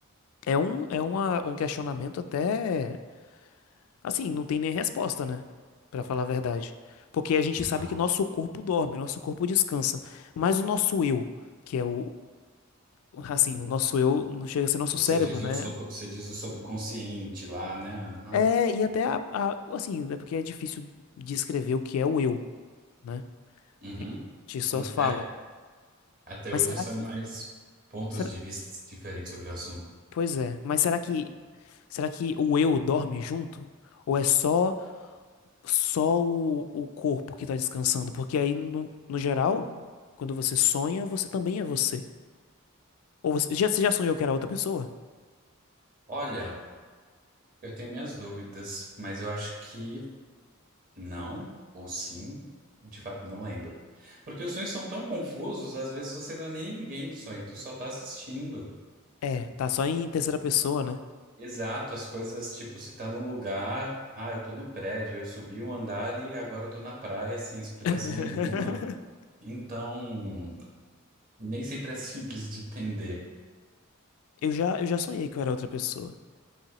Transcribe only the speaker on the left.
É um, é uma, um questionamento até Assim, não tem nem resposta, né? Pra falar a verdade. Porque a gente sabe
que nosso corpo dorme, nosso corpo descansa. Mas o nosso eu, que é o, o- assim, o nosso eu não chega a ser nosso
cérebro,
né?
É, e até a, a- assim, é porque é difícil descrever o que é o eu, né?
A gente só
fala.
Mas
será
que,
será-
pois é, mas será que será que o eu dorme junto? Ou é só só o, o corpo que tá descansando, porque aí no, no geral, quando você sonha, você também é você. Ou você já, você já sonhou que era outra pessoa?
É, tá só em terceira pessoa, né?
<laughs>
Eu já, eu já sonhei que eu era outra pessoa.